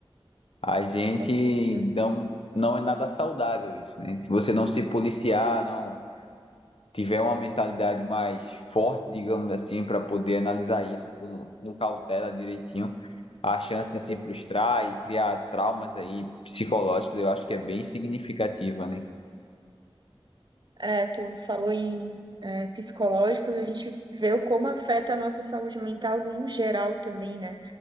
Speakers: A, on the left (about 70°); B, on the right (about 50°).
A: a gente
B: É bem injusto.
A: não não é nada saudável isso, né? Se você não se policiar, não tiver uma mentalidade mais forte, digamos assim, para poder analisar isso com, com cautela direitinho a chance de se frustrar e criar traumas aí psicológicos, eu acho que é bem significativa, né?
B: É, tu falou em é, psicológicos, a gente vê o como afeta a nossa saúde mental num geral também, né?